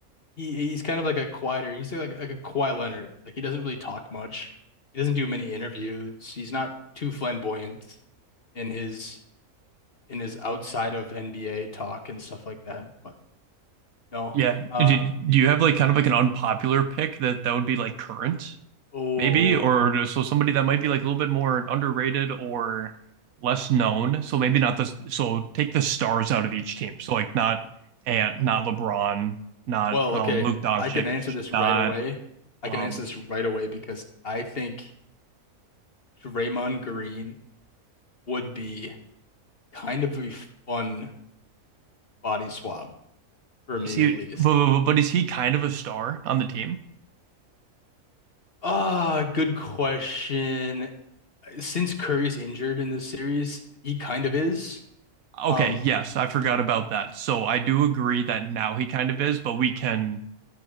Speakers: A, on the left; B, on the right.
A: He he's kind of like a quieter. He's like like a quiet Leonard. Like he doesn't really talk much. He doesn't do many interviews. He's not too flamboyant in his in his outside of NBA talk and stuff like that. But no.
B: yeah.
A: Uh
B: Did do you have like kind of like an unpopular pick that that would be like current?
A: oh.
B: Maybe, or or so somebody that might be like a little bit more underrated or less known. So maybe not the so take the stars out of each team. So like not Ant, not LeBron, not
A: Well,
B: um,
A: okay.
B: Luke Doncic,
A: I can answer this right
B: not
A: away. I
B: um.
A: can answer this right away because I think Draymond Green would be kind of a fun body swap for me
B: Is he?
A: at least.
B: But, but is he kind of a star on the team?
A: Ah, good question. since Curry's injured in this series, he kind of is.
B: Okay,
A: Um,
B: yes, I forgot about that. So I do agree that now he kind of is, but we can